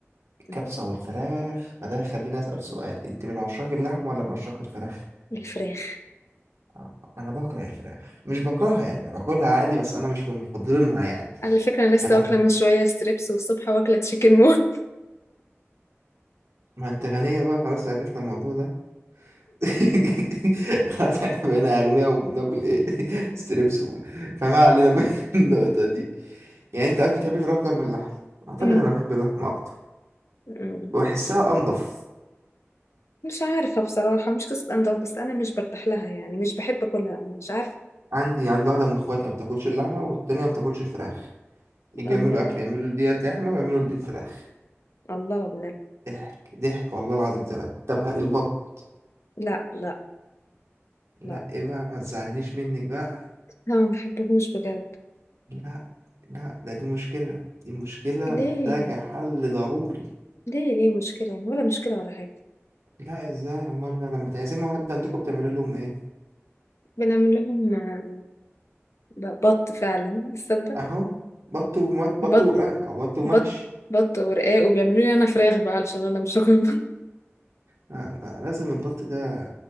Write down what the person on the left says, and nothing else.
مم.
بالفراخ
على فكرة أنا لسه
واكلة
من شوية ستريبس والصبح واكلة تشيكن مون <laughs>
مم.
مم.
مش عارفة بصراحة مش قصة أنضف بس أنا مش برتاح لها يعني مش بحب أكلها مش عارفة
الله
الله من
لا لا
لا
أنا ما بحبهوش بجد
ليه
ليه ليه مشكلة ولا مشكلة ولا حاجة
بنعمل لهم لا بط فعلا تصدق
بط
بط بط ورقاق وبيعملوا لي انا فراخ بقى علشان انا مش هاكل بط